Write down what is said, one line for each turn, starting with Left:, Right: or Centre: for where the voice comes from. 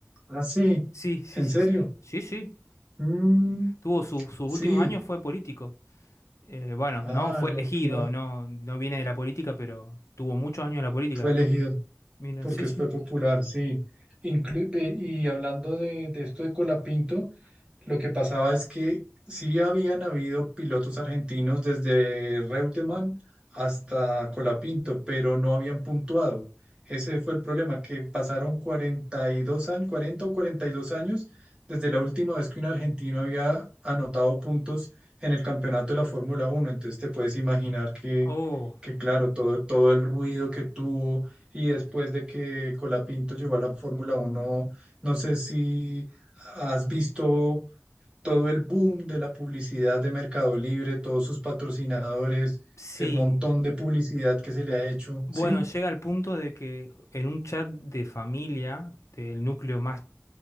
Right: ah, sí,
Left: Sí, sí,
Right: en
Left: sí,
Right: serio.
Left: sí. Sí, sí.
Right: Mm,
Left: Tuvo su- sus
Right: sí,
Left: últimos años, fue político. Eh, bueno,
Right: ah,
Left: no fue
Right: no,
Left: elegido,
Right: qué va,
Left: no, no viene de la política, pero tuvo muchos años en la política
Right: fue
Left: después.
Right: elegido
Left: Mira,
Right: porque
Left: sí, sí.
Right: fue popular, sí. Inclu- de- y hablando de, de esto de Colapinto, Lo que pasaba es que sí habían habido pilotos argentinos desde Reutemann hasta Colapinto, pero no habían puntuado. Ese fue el problema, que pasaron 42 años, 40 o 42 años desde la última vez que un argentino había anotado puntos en el campeonato de la Fórmula Uno. Entonces te puedes imaginar que,
Left: Oh,
Right: que claro, todo, todo el ruido que tuvo y después de que Colapinto llegó a la Fórmula Uno. no sé si has visto todo el boom de la publicidad de Mercado Libre, todos sus patrocinadores,
Left: sí.
Right: el montón de publicidad que se le ha hecho.
Left: Bueno,
Right: Sí,
Left: llega al punto de que en un chat de familia, del núcleo más